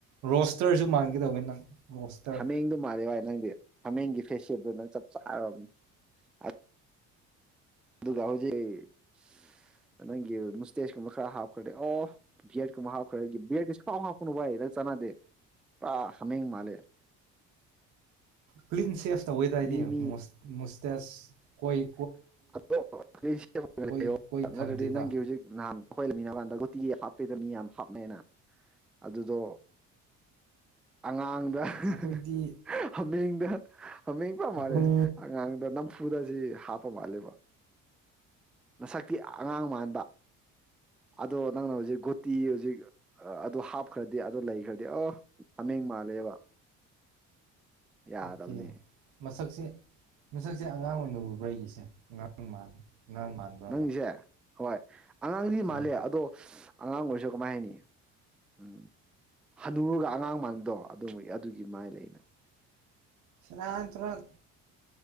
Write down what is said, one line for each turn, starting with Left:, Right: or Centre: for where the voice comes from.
Right: ꯔꫭꯁꯇꯔꯁꯨ ꯃꯥꯟꯒꯦ ꯇꯧꯋꯦ ꯅꯪ꯫ ꯔꯣꯁꯇꯔ
Centre: ꯍꯃꯦꯡꯗꫭ ꯃꯥꯜꯂꯦ ꯕꯥꯏ ꯅꯪꯗꯤ꯫ ꯍꯃꯦꯡꯒꯤ ꯐꯦꯁ ꯁꯦꯞꯗꫭ ꯅꯪ ꯆꯞ ꯆꯥꯔꯕꯅꯤ ꯑ ꯑꯗꯨꯒ ꯍꯧꯖꯤꯛ ꯅꯪꯒꯤ ꯃꯁꯨꯇꯦꯆꯀꯨꯝꯕ ꯈꯔ ꯍꯥꯞꯈ꯭ꯔꯗꯤ ꯑꫭ ꯕꯤꯑꯦꯔꯗ ꯀꯨꯝꯕ ꯍꯥꯞꯈ꯭ꯔꯒꯤ ꯕꯤꯑꯦꯔꯗꯗꯤ ꯁꯨꯡꯍꯥꯞ ꯍꯥꯞꯎꯅꯨ ꯕꯥꯏ ꯅꯪ ꯆꯥꯅꯗꯦ ꯄꯨꯔꯥ ꯍꯃꯦꯡ ꯃꯥꯜꯂꯦ꯫
Right: ꯀ꯭ꯂꯤꯟ ꯁꯦꯐ ꯇꯧꯏꯗ ꯑꯩꯗꯤ
Centre: ꯃꯤ ꯃꯤ
Right: ꯃꯨꯁ ꯃꯨꯁ ꯇꯦꯆ ꯋꫭꯏ
Centre: <inaudible>
Right: ꯀꯣꯏ ꯀꯣꯏ ꯊꯝꯗꯦꯗ
Centre: ꯅꯠꯇ꯭ꯔꯗꯤ ꯅꯪꯒꯤ ꯍꯨꯖꯤꯛ ꯅꯥꯟ ꯈꫭꯏ꯫ <inaudible> ꯇꯤ ꯍꯥꯞꯄꯤꯗ ꯃꯤ ꯌꯥꯝ ꯍꯥꯞꯅꯩꯅ ꯑꯗꯨꯗꫭ ꯑꯉꯥꯡ ꯗꯥ ꯍꯍꯍ
Right: ꯑꯩꯈꯣꯏꯗꯤ
Centre: ꯍꯃꯦꯡꯗ ꯍꯃꯦꯡꯄ ꯃꯥꯜꯂꯦ
Right: ꯑꯩꯈꯣꯏ
Centre: ꯑꯉꯥꯡꯗ ꯅꯝꯐꯨꯗ ꯖꯤ ꯍꯥꯞ ꯄ ꯃꯥꯜꯂꯦꯕ ꯅꯁꯛ ꯇꯤ ꯑꯉꯥꯡ ꯃꯥꯟꯕ ꯑꯗꫭ ꯅꯪꯅ ꯍꯧꯖꯤꯛ ꯒꫭꯠꯇꯤ ꯍꯩꯖꯤꯛ ꯑꯥ ꯑꯗꫭ ꯍꯥꯞꯈ꯭ꯔꯗꯤ ꯑꯗꫭ ꯂꯩꯈ꯭ꯔꯗꯤ ꯑꫭ ꯍꯃꯦꯡ ꯃꯥꯜꯂꯦꯕ ꯌꯥꯗꯕꯅꯦ꯫
Right: ꯑꯣꯀꯦ ꯃꯁꯛꯁꯦ ꯃꯁꯛꯁꯦ ꯑꯉꯥꯡ ꯑꫭꯏꯅ ꯎꯕ꯭ꯔ ꯑꯩꯒꯤꯁꯦ ꯑꯉꯥꯡ ꯃꯥꯟ ꯑꯉꯥꯡ ꯃꯥꯟꯕ꯭ꯔꯕ
Centre: ꯅꯪꯁꯦ ꯍꫭꯏ ꯑꯉꯥꯡꯗꯤ
Right: ꯍꯣꯏ
Centre: ꯃꯥꯜꯂꯦ ꯑꯗꫭꯑꯉꯥꯡ ꯑꫭꯏꯔꯁꯨ ꯀꯃꯥꯏ ꯍꯥꯏꯅꯤ ꯝ ꯍꯅꯨꯔꯒ ꯑꯉꯥꯡ ꯃꯥꯟꯕꯗꫭ ꯑꯗꯨꯃ ꯑꯗꯨꯒꯤ ꯃꯥꯏ ꯂꯩꯅ꯫
Right: ꯔꯥꯟ ꯇꯨꯔꯥꯟ